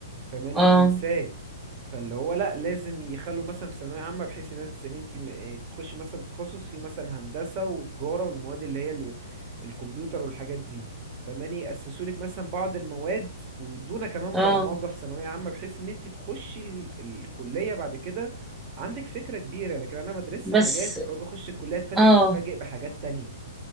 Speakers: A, on the right; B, in the centre.
A: فاهماني
B: اه
A: وهنساه فاللي هو لا لازم يخلوا مثلا في ثانوية عامة بحيث ان انت تسألين انت م- إيه تخشي مثلا تخصص في مثلا هندسة وتجارة والمواد اللي هي ال- الكمبيوتر والحاجات دي فاهماني يأسسوا لك مثلا بعض المواد ويدونا كمان
B: اه
A: برمجة في ثانوية عامة بحيث ان انت تخشي ال- الكلية بعد كده عندك فكرة كبيرة لكن انا مدرسة
B: بس
A: حاجات اجي اخش الكلية اتفاجئ
B: اه
A: افاجئ بحاجات تانية